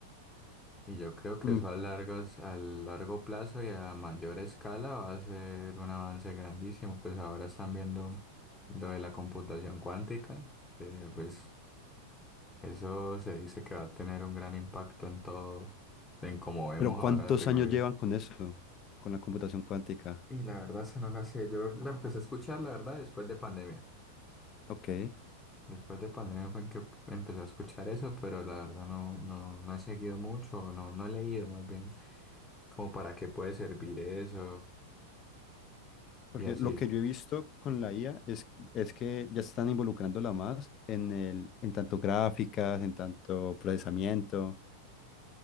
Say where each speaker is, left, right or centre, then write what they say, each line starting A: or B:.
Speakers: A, on the left; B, on the left.
A: Y yo creo que
B: Mm,
A: eso a largas, a largo plazo y a mayor escala va a ser un avance grandísimo. Pues ahora están viendo lo de la computación cuántica, que pues eso se dice que va a tener un gran impacto en todo, en cómo vemos
B: Pero ¿cuántos
A: ahora la tecnología.
B: años llevan con eso? Con la computación
A: Y
B: cuántica.
A: y la verdad, esa no la sé. Yo la empecé a escuchar, la verdad, después de pandemia.
B: Ok.
A: Después de pandemia fue en que empecé a escuchar eso, pero la verdad no, no, no he seguido mucho, no, no he leído más bien como para qué puede servir eso
B: Porque
A: Y así,
B: lo que yo he visto con la IA es, es que ya se están involucrándola más en el, en tanto gráficas, en tanto procesamiento,